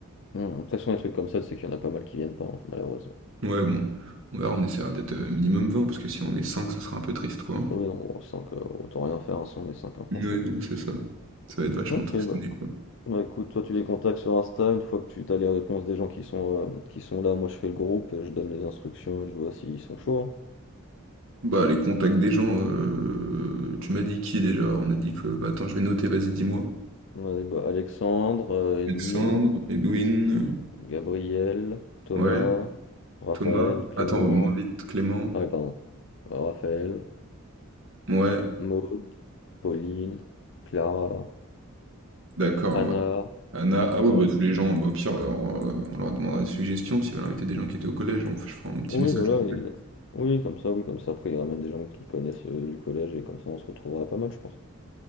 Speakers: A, on the left; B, on the right.
A: Mmh, de toute façon, les trucs comme ça, c'est qu'il y en a pas mal qui viennent pas, hein, malheureusement.
B: Ouais, bon. On verra, on essaiera d'être euh, minimum 20, parce que si on est 5, ça sera un peu triste, quoi. hein.
A: Oui, non, on sent que autant rien faire hein, si on est 5, franchement.
B: Ouais, non, c'est ça. Ça va être vachement
A: Ok,
B: tristouné,
A: bah,
B: quoi.
A: bah, écoute, toi tu les contacts sur Insta, une fois que tu as les réponses des gens qui sont, euh, qui sont là, moi je fais le groupe, je donne les instructions et je vois s'ils sont chauds. hein.
B: Bah, les contacts des gens, euh, tu m'as dit qui déjà? On a dit que. Bah, attends, je vais noter, vas-y, dis-moi.
A: On a des- bah, Alexandre, euh, Edwin,
B: Alexandre, Edwin,
A: Gabriel, Thomas,
B: ouais,
A: Raphaël,
B: Thomas.
A: Clément,
B: Attends, on invite Clément.
A: ah oui, pardon, Raphaël,
B: Ouais,
A: Maude, Pauline, Clara,
B: d'accord,
A: Anna,
B: ouais. Anna, ah oui,
A: ouais,
B: bah, tous les gens, bah, au pire, euh, on, euh, on leur demandera des suggestions s'ils veulent inviter des gens qui étaient au collège, on, je ferai un petit
A: Oui,
B: message
A: voilà,
B: groupe.
A: il- oui, comme ça, oui, comme ça. Après, il ramène des gens qui connaissent euh, du collège et comme ça, on se retrouvera pas mal, je pense.